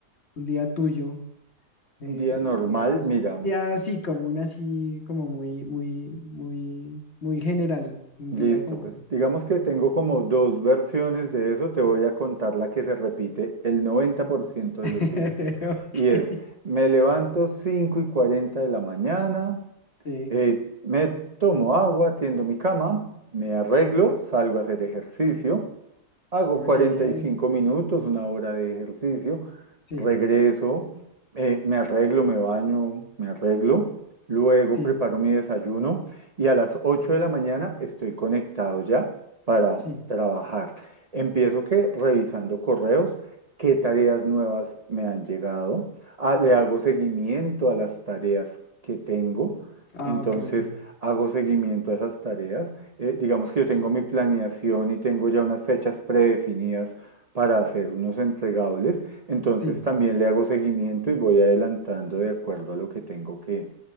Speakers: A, on the left (about 45°); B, on the right (about 40°).
A: un día tuyo? eh,
B: Un día normal,
A: digamos,
B: mira,
A: ya así como un así, como muy, muy, muy, muy general, un
B: listo,
A: día como,
B: pues digamos que tengo como dos versiones de eso, te voy a contar la que se repite el 90% de
A: <laughs>
B: los días.
A: ok,
B: Y es, me levanto cinco y cuarenta de la mañana,
A: sí,
B: Eh, me tomo agua, tiendo mi cama, me arreglo, salgo a hacer ejercicio, hago
A: muy
B: cuarenta
A: qué bien,
B: y cinco minutos, una hora de ejercicio,
A: sí,
B: regreso, eh, me arreglo, me baño, me arreglo, luego
A: sí,
B: preparo mi desayuno y a las 8 de la mañana estoy conectado ya para
A: sí,
B: trabajar. Empiezo que revisando correos, qué tareas nuevas me han llegado, Ah, le hago seguimiento a las tareas que tengo.
A: ah,
B: Entonces,
A: ok, ok,
B: hago seguimiento a esas tareas. Eh, digamos que yo tengo mi planeación y tengo ya unas fechas predefinidas para hacer unos entregables. Entonces,
A: sí,
B: también le hago seguimiento y voy adelantando de acuerdo a lo que tengo que,